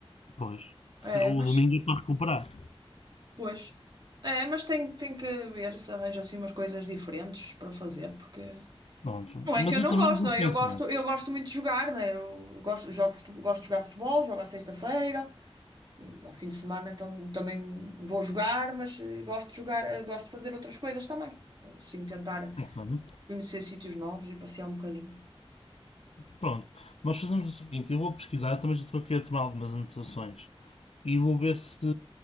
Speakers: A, on the left (about 85°); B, on the right (about 45°).
A: pois. Se-
B: É,
A: o
B: mas
A: domingo é para recuperar.
B: pois. É, mas tem, tem que ver se arranja assim umas coisas diferentes para fazer, porque
A: Pronto.
B: Não
A: Mas
B: é que eu
A: eu
B: não
A: também
B: gosto,
A: vou
B: não é?
A: pensar.
B: Eu gosto, eu gosto muito de jogar, né? Eu gosto, jogo, fute- gosto de jogar futebol, jogo à sexta-feira, eh, ao fim de semana então também vou jogar, mas eh, gosto de jogar, eh, gosto de fazer outras coisas também. Assim, tentar
A: Ok.
B: conhecer sítios novos e passear um bocadinho.
A: Pronto. Nós fazemos o seguinte, eu vou pesquisar, eu também já estou aqui a tomar algumas anotações. E vou ver se,